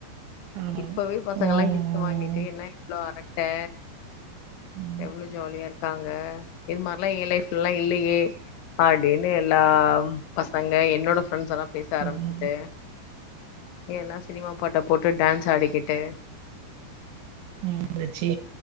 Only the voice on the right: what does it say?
ஆமா
ம்
ம்
ம்
உம் அச்சி